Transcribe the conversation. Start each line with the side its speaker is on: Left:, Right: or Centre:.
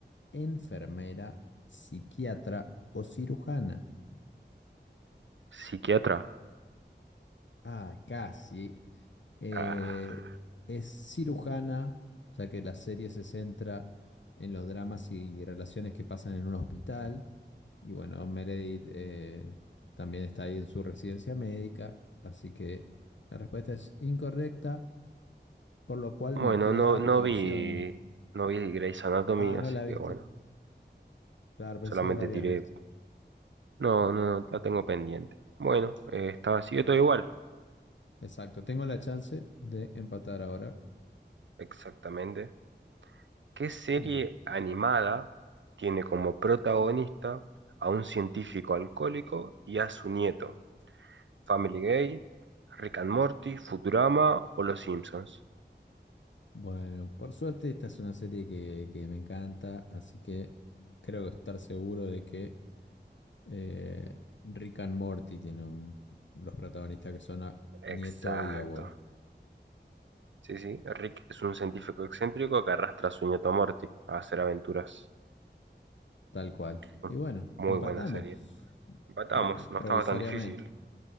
Left: enfermera, psiquiatra o cirujana.
Right: ¿Psiquiatra?
Left: Ah, casi. Eh,
Right: Ah.
Left: es cirujana, o sea que la serie se centra en los dramas y relaciones que pasan en un hospital. Y bueno, Meredith eh, también está ahí en su residencia médica, así que la respuesta es incorrecta, por lo cual
Right: Bueno,
Left: me queda
Right: no, no
Left: la
Right: vi,
Left: opción.
Right: no vi Grey's Anatomy,
Left: Ah,
Right: así
Left: no la viste.
Right: que bueno,
Left: Claro, pensé
Right: solamente
Left: que la habías
Right: tiré.
Left: visto.
Right: No, no, no, la tengo pendiente. Bueno, eh, estaba así, yo todo igual.
Left: Exacto, tengo la chance de empatar ahora.
Right: Exactamente. ¿Qué serie
Left: <clears throat>
Right: animada tiene como protagonista a un científico alcohólico y a su nieto? ¿Family Guy, Rick and Morty, Futurama o Los Simpsons?
Left: Bueno, por suerte esta es una serie que, que me encanta, así que creo que estar seguro de que eh, Rick and Morty tiene un- los protagonistas que son a- nieto
Right: Exacto.
Left: y abuelo,
Right: Sí, sí, Rick es un científico excéntrico que arrastra a su nieto Morty a hacer aventuras.
Left: tal cual. Y
Right: Mm,
Left: bueno,
Right: Muy
Left: empatamos
Right: buena serie. Empatamos,
Left: pre-
Right: no
Left: provisoriamente,
Right: estaba tan difícil,